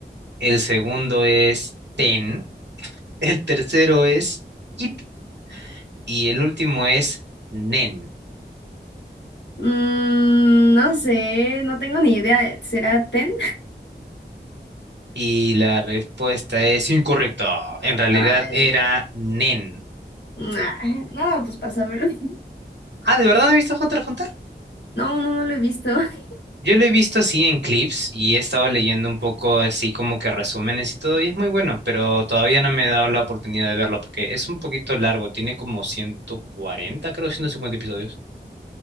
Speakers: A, on the right (about 75°); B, on the left (about 75°).
A: el segundo es Ten, el tercero es... Iten Y el último es nen.
B: Mm, no sé, no tengo ni idea. ¿Será Ten?
A: Y la respuesta es incorrecta. En realidad
B: Ay,
A: era nen.
B: nah, no, pues pasa a ver. <laughs>
A: Ah, ¿de verdad no he visto Hunter x Hunter?
B: No, no, no lo he visto. <laughs>
A: Yo lo he visto así en clips y he estado leyendo un poco así como que resúmenes y todo y es muy bueno, pero todavía no me he dado la oportunidad de verlo porque es un poquito largo, tiene como 140 creo, 150 episodios.